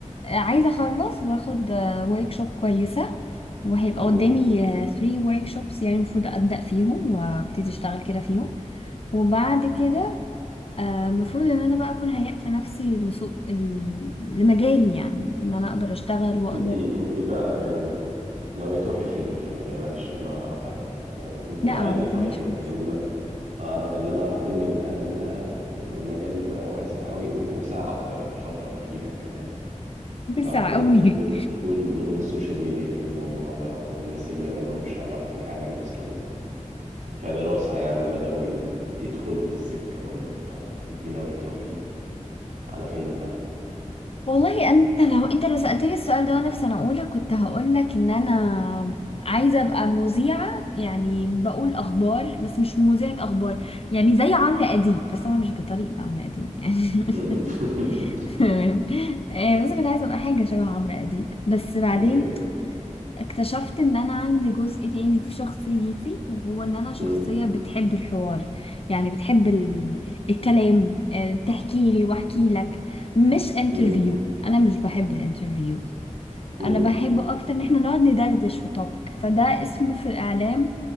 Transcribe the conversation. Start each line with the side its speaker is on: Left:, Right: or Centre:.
Left: آه، عايزة اخلص واخد ورك شوب كويسة وهيبقى
Right: مم.
Left: قدامي 3 ورك شوبس يعني المفروض ابدأ فيهم وابتدي اشتغل كده فيهم وبعد كده آه، المفروض ان انا بقى اكون هيأت نفسي لسوق ال- لمجالي يعني ان انا اقدر اشتغل واقدر
Right: انتي انتي بقى يعني ناوية تروحي فين في مجال معلش ان انا قطعتك يعني انتي
Left: لا
Right: عايزة
Left: ما
Right: تروحي
Left: تنيش
Right: فين
Left: خالص
Right: لان انا أعرف اللي انا اعرفه ان الاعلام ده يعني المجال ده واسع قوي ووسع اكتر الفترة الاخيرة كمان
Left: <laughs>
Right: بعد
Left: بسرعة قوي
Right: دخول دخول دخول السوشيال ميديا في الموضوع بقى والناس اللي ما لهمش علاقة بالاعلام اصلا كدراسة يعني بدأوا ي- يدخلوا في السكة برضو فانتي ناوية تروحي على فين بقى
Left: والله انت لو انت لو سألتني السؤال ده وانا في سنة اولى كنت هقولك ان انا عايزة ابقى مذيعة يعني بقول اخبار بس مش مذيعة اخبار يعني زي عمرو اديب بس انا مش بطريقة عمرو اديب يعني
Right: <laughs>
Left: <laughs> تمام آه، بس كنت عايزة ابقى حاجة شبه عمرو اديب بس بعدين
Right: اوكي
Left: اكتشفت ان انا عندي جزء تاني في شخصيتي وهو ان انا شخصية
Right: مم.
Left: بتحب الحوار يعني بتحب ال... الكلام آه، تحكي لي واحكي لك مش انترفيو
Right: مم.
Left: انا مش بحب الانترفيو
Right: مم.
Left: انا بحب اكتر ان احنا نقعد ندردش في توبيك فده اسمه في الاعلام